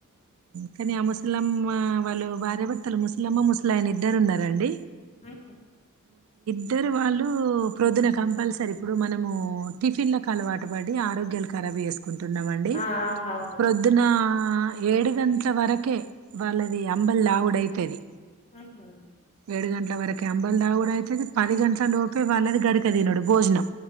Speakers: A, on the right; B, on the left.
A: కాని ఆ ముసలమ్మ వాళ్ళు భార్య భర్తలు ముసలమ్మ ముసలాయన ఇద్దరు ఉన్నరండి
B: ఉ
A: ఇద్దరు వాళ్ళు ప్రొద్దున కంపల్సరీ ఇప్పుడు మనము ము టిఫిన్లకు అలవాటు పడి ఆరోగ్యాలు కారాబు చెస్ కుంటున్నమండి
B: ఆ అవునవును
A: ప్రొద్దున ఆ ఏడు గంటల వరకే వాళ్ళది అంబల్ తాగుడైతది
B: ఆహా
A: ఏడు గంటల వరకె అంబల్ తాగుడు అయితది పది గంట ట లోపే వాళ్ళది గడక తినుడు భోజనం